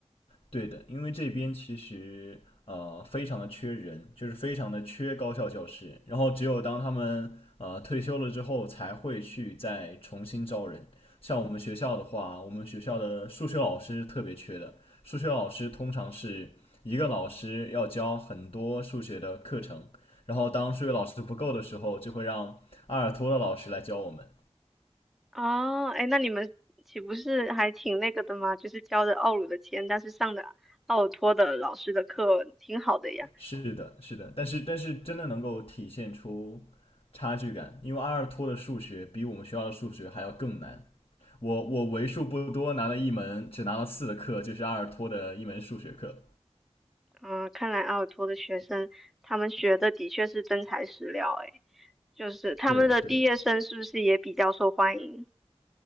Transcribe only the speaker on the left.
对的，因为这边其实呃非常的缺人，就是非常的缺高校教师，然后只有当他们呃退休了之后，才会去再重新招人。像我们学校的话，我们学校的数学老师特别缺的，数学老师通常是一个老师要教很多数学的课程，然后当数学老师不够的时候，就会让阿尔托的老师来教我们。
是的，是的，但是但是真的能够体现出差距感，因为阿尔托的数学比我们学校的数学还要更难。我我为数不多拿了一门只拿了四的课，就是阿尔托的一门数学课。
对的，对的，